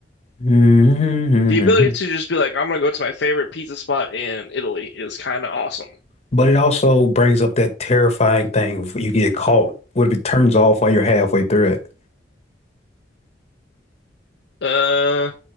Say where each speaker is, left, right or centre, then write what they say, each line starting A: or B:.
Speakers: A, on the left (about 35°); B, on the left (about 65°).
A: hmm
B: The ability to just be like, I'm gonna go to my favorite pizza spot in Italy is kind of awesome.
A: But it also brings up that terrifying thing if you get caught. What if it turns off while you're halfway through it?
B: Uh,